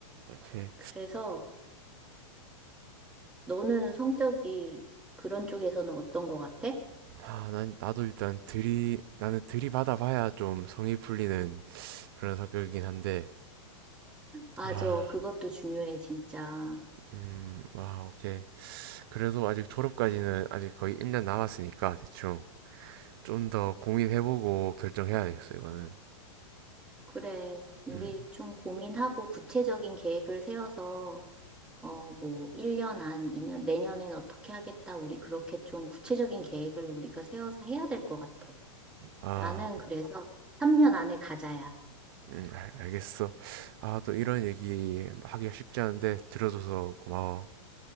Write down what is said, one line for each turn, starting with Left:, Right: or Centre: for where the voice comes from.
Right: 이렇게
Centre: 그래서 너는 성격이 그런 쪽에서는 어떤 것 같아?
Right: 아, 난 나도 일단 들이 나는 들이받아 봐야 좀 성이 풀리는 그런 성격이긴 한데
Centre: 맞아,
Right: 아,
Centre: 그것도 중요해, 진짜.
Right: 음, 아, 오케이. 그래도 아직 졸업까지는 아직 거의 1년 남았으니까 대충 좀 더 고민해보고 결정해야 되겠어 이거는.
Centre: 그래, 우리
Right: 음,
Centre: 좀 고민하고 구체적인 계획을 세워서, 어, 뭐, 1년 안, 2년, 내년엔 어떻게 하겠다, 우리 그렇게 좀 구체적인 계획을 우리가 세워서 해야 될 것 같아.
Right: 아,
Centre: 나는 그래서 3년 안에 가자야.
Right: 음, 알- 알겠어. 아, 또 이런 얘기 하기가 쉽지 않은데 들어줘서 고마워.